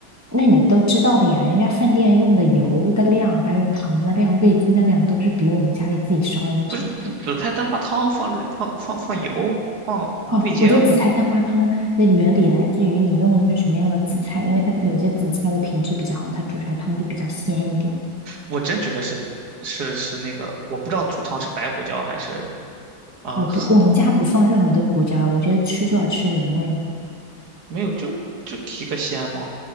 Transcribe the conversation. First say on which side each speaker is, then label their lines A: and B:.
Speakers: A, on the right (about 20°); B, on the right (about 55°).
A: 那你都知道的呀，人家饭店用的油的量、还有糖的量、味精的量都是比我们家里自己烧的那个啥的。
B: 不是紫紫菜蛋花汤放了放放放油放放味精啊，
A: 哦，我觉得紫菜蛋花汤的原理来自于你用的是什么样的紫菜，因为它有些紫菜的品质比较好，它煮出来汤就比较鲜一点。
B: 我真觉得是是是那个，我不知道煮汤是白胡椒还是啊、
A: 我不，我们家不放任何的胡椒，我觉得吃就要吃原味啊
B: 没有就就提个鲜嘛，